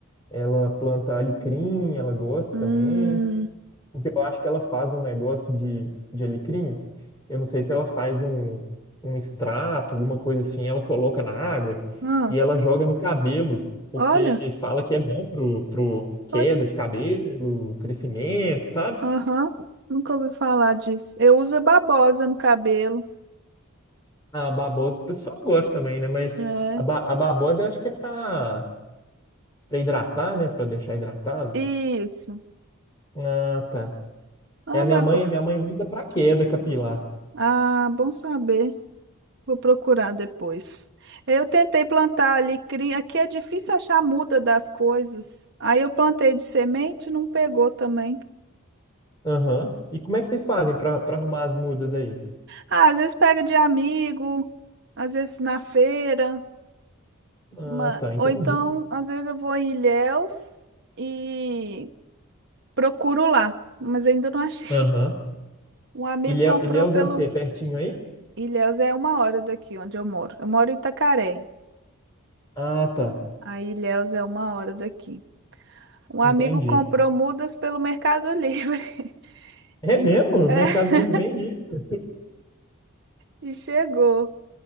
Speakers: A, on the left; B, on the right.
A: ela planta alecrim, ela gosta
B: hum.
A: também. Porque eu acho que ela faz um negócio de, de alecrim. Eu não sei se ela faz um, um extrato, alguma coisa assim. Ela coloca na água
B: Ah,
A: e ela joga no cabelo, porque
B: olha,
A: fala que é bom pro, pro queda
B: pode.
A: de cabelo, crescimento, sabe?
B: Aham, nunca ouvi falar disso. Eu uso a babosa no cabelo.
A: A babosa o pessoal gosta também, né? Mas
B: É,
A: a, ba a babosa eu acho que é pra, pra hidratar, né? Pra deixar hidratado.
B: isso.
A: Ah, tá.
B: Ah,
A: É, a minha
B: mas.
A: mãe,
B: bo-
A: minha mãe usa pra queda capilar.
B: Ah, bom saber. Vou procurar depois. Eu tentei plantar alecrim. Aqui é difícil achar a muda das coisas. Aí eu plantei de semente, não pegou também.
A: Aham. E como é que vocês fazem pra, pra arrumar as mudas aí?
B: Ah, às vezes pega de amigo, às vezes na feira.
A: Ah,
B: ma-
A: tá, entendi.
B: Ou então, às vezes eu vou em Ilhéus e procuro lá. Mas ainda não achei.
A: Aham.
B: Um amigo
A: Ilhéu-
B: comprou
A: Ilhéus
B: pelo.
A: é o quê? Pertinho aí?
B: Ilhéus é uma hora daqui onde eu moro. Eu moro em Itacaré.
A: Ah, tá.
B: Aí Ilhéus é uma hora daqui. Um
A: Entendi.
B: amigo comprou mudas pelo Mercado Livre.
A: É
B: E,
A: mesmo? O
B: é,
A: Mercado
B: <laughs>
A: Livre vende isso?
B: e chegou.